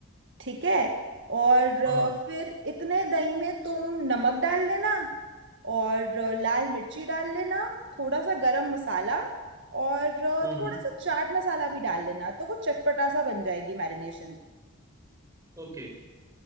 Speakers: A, on the right; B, on the right.
A: ठीक है और अ,
B: हाँ हाँ
A: फिर इतने दही में तुम नमक डाल देना और अ, लाल मिर्ची डाल लेना थोड़ा सा गरम मसाला और अ,
B: हम्म हम्म
A: थोड़ा सा चाट मसाला भी डाल लेना तो वो चटपटा सा बन जाएगी मैरिनेशन
B: ओके